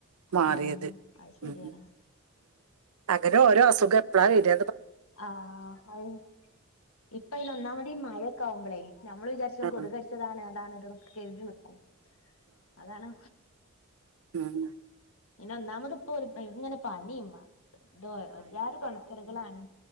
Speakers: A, on the right; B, on the left.
A: മാറിയത്
B: ആഹ് അത് ശരിയാണ്
A: ഉം അങ്ങനെ ഓരോ അസുഖം എപ്പോഴാ ഇരി
B: ആഹ അത് ഇപ്പ ഇന് ഒന്നാ മതി മഴൊക്ക ആാവുമ്പളെ നമ്മള് വിചാരിച്ചും
A: ആ
B: കൊതുകട്ച്ചതാണ് അതാണ്ത് ത്തൊക്കെ കരുതി നിക്കും അതാണ്
A: ഉം
B: പിന്നെ ഒന്നാമത് ഇപ്പൊ ഒരു ഇങ്ങനെ പനിയമ്മോ ഒരു ജാ തൊണക്കടുകളളാണ്